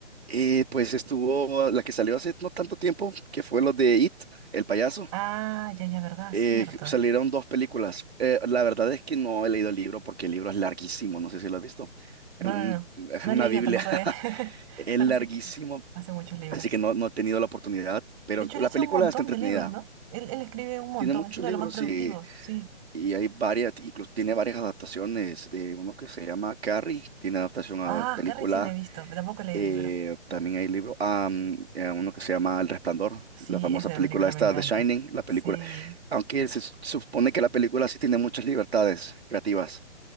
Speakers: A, on the right; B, on the right.
A: Eh, pues estuvo la que salió hace no tanto tiempo, que fue lo de It, el payaso.
B: Ah, ya, ya, verdad,
A: Eh,
B: cierto.
A: salieron dos películas. Eh, la verdad es que no he leído el libro porque el libro es larguísimo, no sé si lo has visto.
B: No,
A: Es un-
B: no, no.
A: es
B: No
A: una
B: he leído
A: Biblia,
B: tampoco
A: <laughs>
B: de él. <laughs>
A: es
B: Solo
A: larguísimo,
B: sé que hace muchos libros.
A: así que no, no he tenido la oportunidad, pero
B: De hecho, él
A: la
B: hace
A: película
B: un montón
A: está entretenida.
B: de libros, ¿no? Él, él escribe un montón,
A: Tiene muchos
B: es uno
A: libros
B: de los más productivos,
A: y,
B: sí.
A: y hay varias, incluso tiene varias adaptaciones. eh, uno que se llama Carrie, tiene adaptación a
B: Ah,
A: película.
B: Carrie sí le he visto, pero tampoco leí
A: Eh,
B: el libro.
A: también hay libros, am, eh, uno que se llama El Resplandor,
B: Sí,
A: la famosa
B: esa
A: película
B: película
A: esta,
B: me encanta.
A: The Shining, la película,
B: Sí.
A: aunque se su- supone que la película sí tiene muchas libertades creativas,